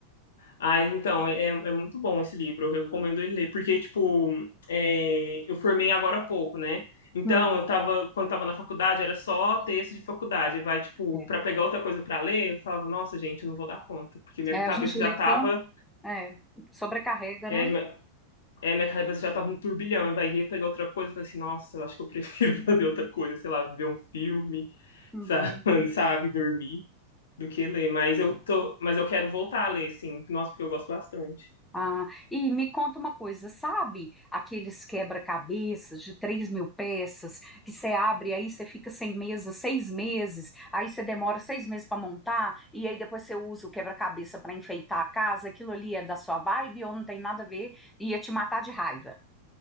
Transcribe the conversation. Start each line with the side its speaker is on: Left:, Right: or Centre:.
Left: Ah, então, é, é muito bom esse livro, eu recomendo ele ler, porque, tipo, é, eu formei agora há pouco, né? Então,
Centre: Hum,
Left: eu tava, quando tava na faculdade, era só texto de faculdade. Vai, tipo,
Centre: é.
Left: pra pegar outra coisa pra ler, eu falava, nossa, gente, eu não vou dar conta, porque minha
Centre: É,
Left: cabeça
Centre: a gente lê
Left: já tava,
Centre: tanto, é, sobrecarrega,
Left: é,
Centre: né?
Left: É, minha cabeça já tava um turbilhão, vai ia pegar outra coisa, eu falei assim, nossa, eu acho que eu prefiro <laughs> fazer outra coisa, sei lá, ver um filme,
Centre: Uhum.
Left: sabe, <laughs> sabe, dormir, do que ler. Mas eu tô, mas eu quero voltar a ler, sim. Nossa, porque eu gosto bastante.
Centre: Ah, e me conta uma coisa, sabe aqueles quebra-cabeças de três mil peças que você abre aí você fica sem mesa seis meses, aí você demora seis meses para montar e aí depois você usa o quebra-cabeça para enfeitar a casa, aquilo ali é da sua vibe ou não tem nada a ver, ia te matar de raiva.